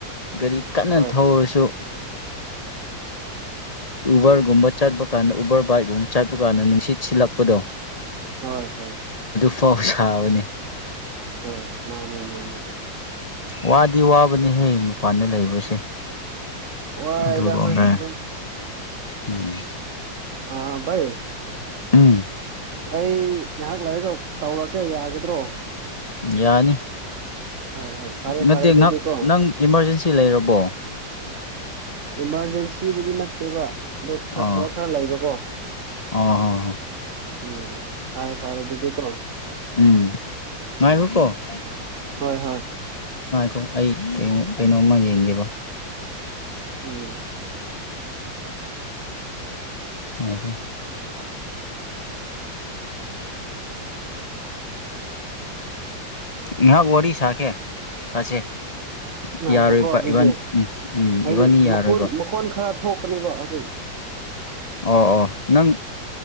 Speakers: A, on the left (about 20°); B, on the right (about 50°).
A: ꯒꯥꯔꯤ ꯀꯟꯅ
B: ꯍꯣꯏ
A: ꯊꯧꯔꯁꯨ ꯎꯕꯔꯒꯨꯝꯕ ꯆꯠꯄ ꯀꯥꯟꯗ ꯎꯕꯔ ꯕꯥꯏꯛꯀꯨꯝꯕ ꯆꯠꯄ ꯀꯥꯟꯗ ꯅꯨꯡꯁꯤꯠ ꯁꯤꯜꯂꯛꯄꯗꯣ
B: ꯍꯣꯏ ꯍꯣꯏ
A: ꯄꯥꯎꯁꯕꯅꯤ
B: ꯍꯣꯏ ꯃꯥꯅꯦ ꯃꯥꯅꯦ
A: ꯋꯥꯗꯤ ꯋꯥꯕꯅꯤꯍꯦ ꯃꯄꯥꯟꯗ ꯂꯩꯕꯁꯦ
B: ꯋꯥꯏꯗ
A: ꯑꯗꯨ ꯑꯣꯏꯗ
B: ꯍꯣꯏ ꯑꯗꯨꯝ
A: ꯎꯝ
B: ꯑꯥ ꯕꯥꯌ
A: ꯎꯝ
B: ꯑꯩ ꯉꯥꯏꯍꯥꯛ ꯂꯥꯏꯔꯤꯛ ꯇꯧꯔꯛꯒꯦ ꯌꯥꯒꯗ꯭ꯔꯣ
A: ꯌꯥꯅꯤ
B: ꯍꯣꯏ ꯍꯣꯏ ꯐꯔꯦ
A: ꯅꯠꯇꯦꯍ
B: ꯐꯔꯦ ꯑꯗꯨꯗꯤꯀꯣ
A: ꯅꯪ ꯏꯃꯥꯔꯖꯦꯟꯁꯤ ꯂꯩꯔꯕꯣ
B: ꯏꯃꯥꯔꯖꯦꯟꯁꯤꯕꯨꯗꯤ ꯅꯠꯇꯦꯕ ꯑꯣ ꯈꯔ
A: ꯑꯥ
B: ꯊꯕꯛ ꯈꯔ ꯂꯩꯕꯀꯣ
A: ꯑꯥ ꯍꯣꯏ
B: ꯎꯝ ꯐꯔꯦ ꯐꯔꯦ ꯑꯗꯨꯤꯗꯤ ꯀꯣ
A: ꯎꯝ
B: ꯎꯝ
A: ꯉꯥꯏꯈꯣꯀꯣ
B: ꯍꯣꯏ ꯍꯣꯏ
A: ꯑꯣ ꯑꯩ ꯀ ꯀꯩꯅꯣꯝꯃ ꯌꯦꯡꯒꯦꯕ
B: ꯎꯝ
A: ꯑ ꯍꯣ ꯉ ꯣꯔꯤ ꯁꯥꯈꯦ ꯁꯥꯁꯦ
B: ꯅꯨꯡꯥꯏꯈꯣꯀꯣ
A: ꯌꯥꯔꯣꯏꯕ
B: ꯑꯗꯨꯗꯤ
A: ꯏꯕꯥꯅꯤ ꯎꯝ ꯎꯝ
B: ꯍꯥꯏꯗꯤ
A: ꯏꯕꯥꯅꯤ ꯌꯥꯔꯣꯏꯕ
B: ꯃꯈꯣꯟ ꯃꯈꯣꯟ ꯈꯔ ꯊꯣꯛꯀꯅꯤꯕꯁꯦ
A: ꯑꯣ ꯑꯣ ꯅꯪ